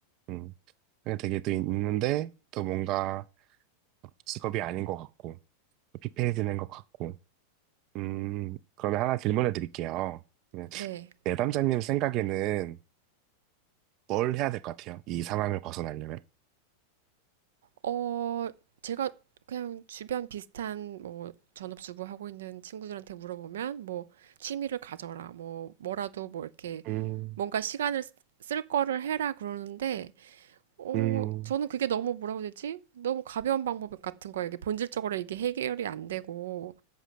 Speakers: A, on the right; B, on the right.
A: 음, 그게 되게 또 있는데 또 뭔가 직업이 아닌 것 같고 또 피폐해지는 것 같고. 음, 그러면 하나 질문을 드릴게요. 네,
B: 네.
A: 내담자님 생각에는 뭘 해야 될 것 같아요? 이 상황을 벗어나려면?
B: 어, 제가 그냥 주변 비슷한 뭐 전업주부 하고 있는 친구들한테 물어보면 뭐 취미를 가져라, 뭐 뭐라도 뭐 이렇게
A: 음,
B: 뭔가 시간을 쓰- 쓸 거를 해라 그러는데 어,
A: 음,
B: 저는 그게 너무 뭐라고 해야 되지? 너무 가벼운 방법 같은 거예요. 이게 본질적으로 이게 해결이 안 되고